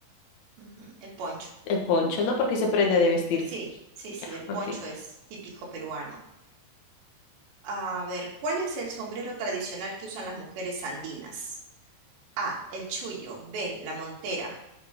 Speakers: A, on the right; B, on the left.
A: Ujú, El poncho.
B: el poncho, ¿no? Porque se prende de vestir.
A: Sí, sí,
B: Ya,
A: sí, el poncho
B: ok.
A: es típico peruano. A ver, ¿cuál es el sombrero tradicional que usan las mujeres andinas? A, el chullo, B, la montera